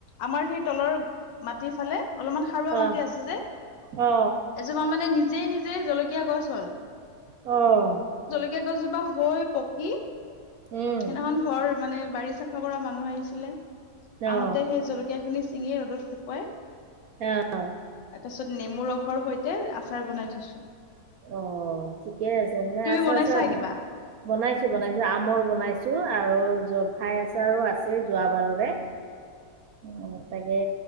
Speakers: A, on the left; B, on the right.
A: আমাৰ সেই তলৰ মাটিৰ ফালে অলপমান সাৰুৱা
B: অ
A: মাটি আছে যে,
B: অ
A: এজোপা মানে নিজে নিজে জলকীয়া গছ হ'ল।
B: অ',
A: সেই গছজোপা হৈ পকি,
B: উম
A: সদিনাখন ঘৰ মান বাৰিচ চাফা কৰা মানুহ আহিছিলে,
B: অ
A: আহোতেই সেই জলকীয়া খিনি চিঙি ৰ'দত শুকুৱাই
B: অ',
A: তাৰ পিছত নেমু ৰসৰ সৈতে আচাৰ বনাই থৈছো।
B: অ', ঠিকেই আছে মানে
A: তুমি
B: আছা
A: বনাইছা
B: আছো
A: কিবা
B: বনাইছো বনাইছো আমৰ বনাইছো <unintelligible> আৰু জলফাই আচাৰো আছে যোৱাবাৰৰে। অ', তাকে